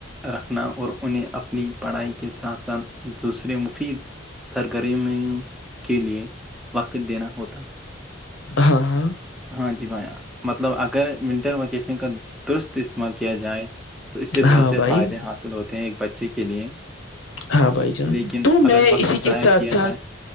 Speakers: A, in the centre; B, on the left.
A: رکھنا اور انہیں اپنی پڑھائی کے ساتھ ساتھ دوسرے مفید سرگرمیوں کے لیے وقت دینا ہوتا ہے
B: ہاں ہاں
A: ہاں جی بھائی مطلب اگر ونٹر ویکیشن کا درست استعمال کیا جائے تو اس سے بہت
B: ہاں
A: سے
B: بھائی
A: فائدے حاصل ہوتے ہیں ایک بچے کے لیے
B: ہاں بھائی جان
A: لیکن
B: تو میں
A: اگر وقت
B: اسی
A: ضائع
B: کے ساتھ
A: کیا
B: ساتھ
A: جائے